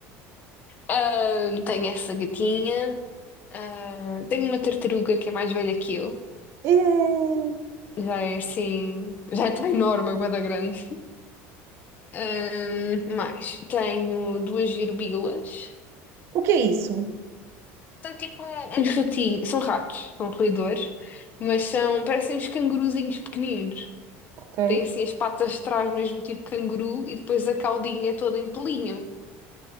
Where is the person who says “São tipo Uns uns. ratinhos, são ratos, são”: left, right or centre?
Left